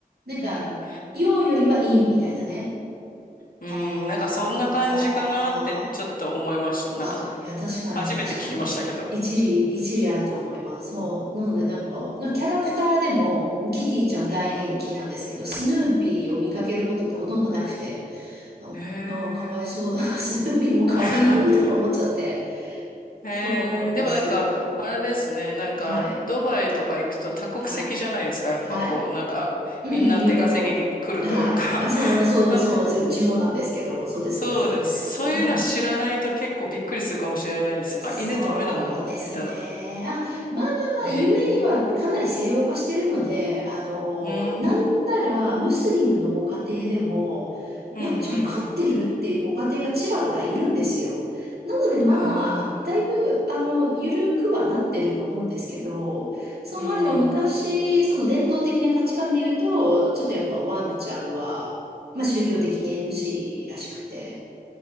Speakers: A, on the right; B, on the left.
A: なんか、
B: うん。
A: 陽よりは陰みたいなね。
B: うん、
A: あ
B: なんかそんな感じかなってちょっと思いました。なんか、
A: あ。あ、いや、確かに、
B: 初めて聞きましたけど。
A: 確かに。一理、一理あると思います。そう。なので、なんか、なんかキャラクターでも、キティちゃん大人気なんですけど、
B: うん
A: スヌーピーを見かけることってほとんどなくて、な、
B: うん。へ
A: なんかかわいそうだな。
B: え。
A: <laughs> スヌーピーも可愛いのにとか思っちゃって。
B: <laughs> へえ。
A: そうなんですよ。
B: でもなんか、あれですね。なんか、
A: はい。
B: ドバイとか行くと多国籍じゃないですか。
A: はい。
B: やっぱこう、
A: はい。
B: なんか、
A: うん、
B: みんな出稼ぎに来るというか。
A: いろいろ。はい。あ、そう、そう、
B: <laughs> なんで、
A: そうです。うちもなんですけど、そうです、
B: そうです。
A: そうです。
B: そういうの知らないと結構びっくりするかもしれないですよあ、
A: はい。そうですね。
B: 犬ダメなんだろうみたいな。
A: あ、まあまあまあ、
B: へえ。
A: UAE はかなり西洋化してるので、あの、
B: うん。
A: なんならムスリムのご家庭でも、
B: うんうん。
A: ワンちゃん飼ってるっていうご家庭がちらほらいるんですよ。なのでまあ、
B: はあ。
A: だいぶ、あの、緩くはなってると思うんですけど、そう、
B: うん
A: まあでも昔、その伝統的な価値観で言うと、ちょっとやっぱワンちゃんは、
B: うん。
A: まあ宗教的に NG らしくて、